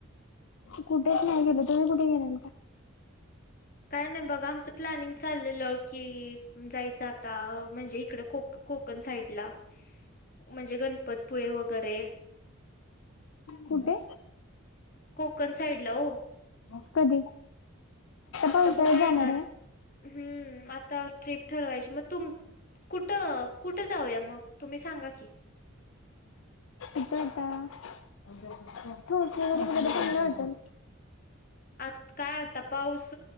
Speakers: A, on the left (about 70°); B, on the left (about 40°).
A: कुठेच नाही गेल तुम्ही कुठे गेलेलात का?
B: काय नाही बघा आमचं प्लॅनिंग चाललेलं की जायचं. आता म्हणजे इकड कोक-कोकण साईड ला म्हणजे गणपतपुळे वगैरे.
A: कुटे?
B: कोकण साईडला हो
A: म कधी?
B: आता
A: पावसाळ्यात
B: बघूया
A: जाणार
B: ना
A: आहे.
B: हूं आता ट्रीप ठरवायची मग तुम कुठं, कुठं जाऊया मग तुम्ही सांगा की.
A: कुठ होता <unintelligible> चांगलं होटेल.
B: आत काय आता पाऊस.